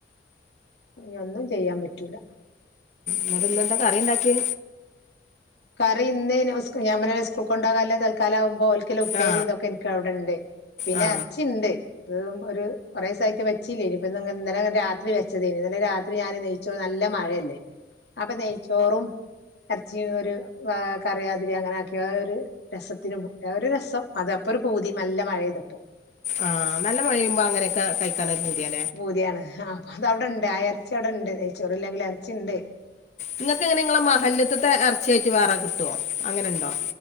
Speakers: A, on the left (about 65°); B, on the left (about 40°).
A: ഇഞ്ഞൊന്നും ചെയ്യാൻ പറ്റൂല
B: ന്നട്ട് ഇന്നെന്താ കറിണ്ടാക്ക്യേ
A: കറി ഇന്ന് സ്കൂ ഞാൻ പർഞ്ഞിലെ സ്കൂൾക്കൊണ്ടാകല്ലഹ് തൽക്കാലാ വുമ്പൊ ഓൽ ക്ക്ല്ല ഉപ്പേരിം
B: ആ
A: തൊക്ക ഇൻക്ക് അവിടെണ്ട്. പിന്നെ
B: ആ
A: എർച്ചിണ്ട് അത് ഒര് കൊറേസായിറ്റ് വെച്ചില്ലെയ്നി. ഇപ്പന്ന് ഇങ്ങ് ഇന്നലെങ്ങ് രാത്രി വെച്ചതേന്. ഇന്നലെ രാത്രി ഞാന് നെയ്ചോർ നല്ല മഴല്ലെ അപ്പ നെയ്ച്ചോറും എർച്ചിം ഒരു വാ കറിയാതിരി അങ്ങനാക്കി അഹ് ഒരു രസത്തിന് പ് അഹ് ഒരു രസം. അത് അപ്പൊരു പൂതി. നല്ല മഴെയ്തപ്പൊ
B: ആഹ് നല്ല മഴെയ്യുമ്പൊ അങ്ങനെക്കെ കഴിക്കാനൊരു പൂതിയാ
A: പൂതി ആണ്. ആഹ് അപ്പ അതവടെണ്ട് ആ എർച്ചി അവ്ടെണ്ട്. നെയ്ചോറില്ലെങ്കിലും എർച്ചി ഇണ്ട്
B: ഇങ്ങക്ക് എങ്ങനെ ഇങ്ങളെ മഹല്ല്ത്ത്ത്തെ എർച്ച്യായിട്ട് വേറെ കിട്ടോ അങ്ങനെണ്ടോ